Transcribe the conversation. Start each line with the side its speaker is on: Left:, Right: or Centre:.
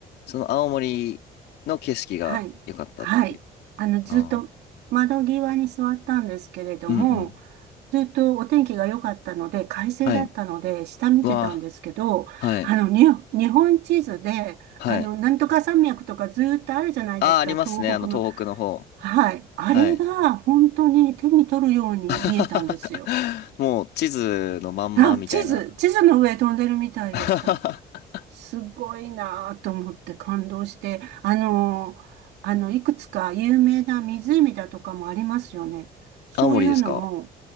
Left: その青森の景色が良かったっていう。
Right: はい、はい。あの、ずっと窓際に座ったんですけれども、
Left: あーうんうん。
Right: ずっとお天気が良かったので、快晴だったので、
Left: はい。
Right: 下見てたんですけど、
Left: わあ、はい。
Right: あの、に、日本地図で、
Left: はい。
Right: あの、なんとか山脈とかずっとあるじゃないですか、
Left: ああ、ありますね。
Right: 東北の。
Left: あの、東北の方。
Right: はい。あれが本当に手に取るように見えたんですよ。
Left: はい。<laughs> もう、地図のまんまみたいな。
Right: あ、地図、地図の上飛んでるみたいでした。
Left: <laughs>
Right: すごいなぁと思って感動して、あのー、あの、いくつか有名な湖だとかもありますよね。そういうのも、
Left: 青森ですか